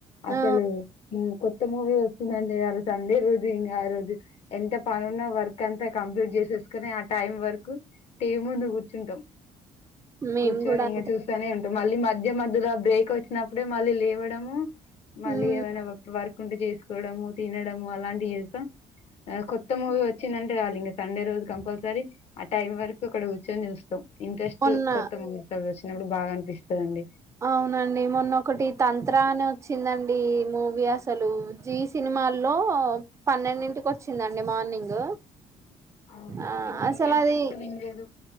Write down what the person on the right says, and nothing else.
ఆ
మేము
కూడా
అంతే
ఉమ్
మొన్న
అవునండి మొన్నోకటి తంత్ర అని ఒచ్చిందండి మూవీ అసలు జీ సినిమా మాల్లో పన్నెండింటికి ఒచ్చిందండి మార్నింగ్
ఆ
అసలు
అది